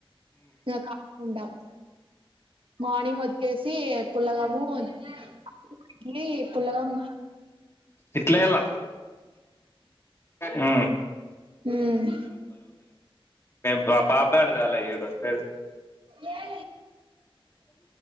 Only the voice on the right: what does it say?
<unintelligible> మార్నింగ్ వచ్చేసి సి పులగము ఇడ్లి పులాగమ్
ఉమ్
ఏ